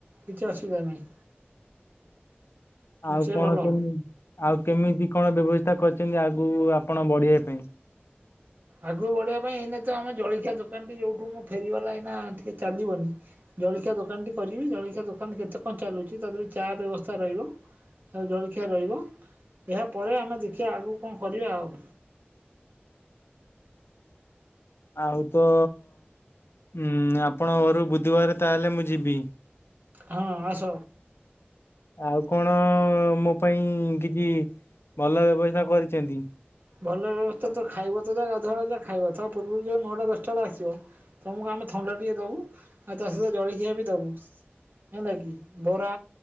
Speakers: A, on the right; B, on the left.
A: କିଛି ଅସୁବିଧା ନାହିଁ।
B: ଆଉ
A: ସେ
B: କଣ
A: ଭଲ
B: କେମିତି
A: ହବ
B: ଆଉ କେମିତି କଣ ବ୍ୟବସ୍ଥା କରିଛନ୍ତି ଆଗକୁ ଆପଣ ବଢ଼ିବା ପାଇଁ?
A: ଆଗକୁ ବଢିବା ପାଇଁ ଏଇନା ତ ଆମେ ଜଳଖିଆ ଦୋକାନ ଟି ଯୋଉଠୁ ମୁଁ ଫେରିବାଲା ଏଇନା ଟିକେ ଚାଲିବନି। ଜଳଖିଆ ଦୋକାନଟି କରିବି ଜଳଖିଆ ଦୋକାନ କେତେ କଣ ଚାଲୁଛି ତା ଦେହରେ ଚା ବ୍ୟବସ୍ଥା ରହିବ। ଆଉ ଜଳଖିଆ ରହିବ ଏହାପରେ ଆମେ ଦେଖିବା ଆଗକୁ କଣ କରିବା ଆଉ।
B: ଆଉ ତ ଉଁ ଆପଣଙ୍କ ଘରୁ ବୁଧବାର ତାହେଲେ ମୁଁ ଯିବି।
A: ହଁ ଆସ।
B: ଆଉ କଣ ମୋ ପାଇଁ କିଛି ଭଲ ବ୍ୟବସ୍ଥା କରିଚିନ୍ତି।
A: ଭଲ ବ୍ୟବସ୍ଥା ତ ଖାଇବ ତ ଯା ଗାଧୁଆଳେ ଯା ଖାଇବ ତ ପୂର୍ବୁରୁ ଯୋଉ ନଅଟା ଦଶଟା ବଳେ ଆସିବ। ତମୁକୁ ଆମେ ଥଣ୍ଡା ଟିକେ ଦବୁ ଆଉ ତା ସହିତ ଜଳଖିଆ ବି ଦବୁ। ହେଲକି ବରା